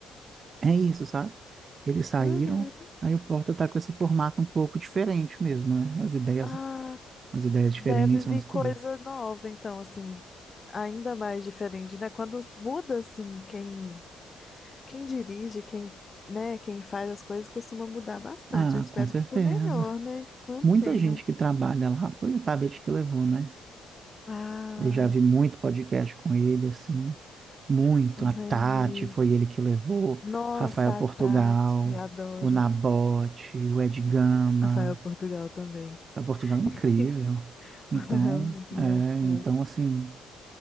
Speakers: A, on the right; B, on the left.
A: é isso, sabe? Eles saíram,
B: Uhum.
A: aí o Porta tá com esse formato um pouco diferente mesmo, né? As ideias,
B: Ah,
A: as ideias diferentes,
B: deve vir
A: umas coisas.
B: coisa nova, então, assim, ainda mais diferente, né? Quando muda, assim, quem, quem dirige, quem, né, quem faz as coisas costuma mudar bastante.
A: Ah,
B: Eu espero
A: com certeza.
B: que para melhor, né? Que mantenham.
A: Muita gente que trabalha lá foi o Tabet que levou, né?
B: Ah,
A: Eu já vi muito podcast com ele, assim, muito.
B: entendi.
A: A Tati foi ele que levou,
B: Nossa,
A: Rafael Portugal,
B: a Tati, adoro.
A: o Nabote, o Ed Gama.
B: Rafael Portugal também.
A: O Portugal é incrível.
B: <laughs>
A: Então,
B: Portugal é muito engraçado.
A: é, então, assim,